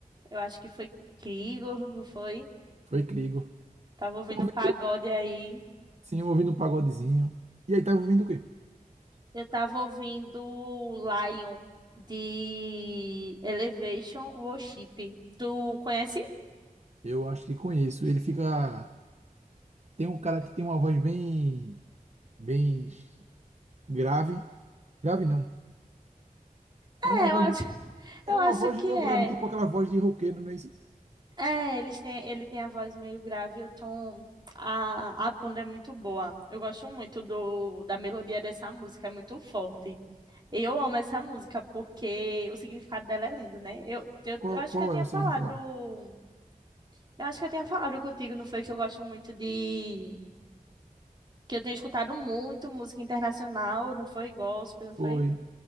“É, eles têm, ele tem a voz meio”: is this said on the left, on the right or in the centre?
Right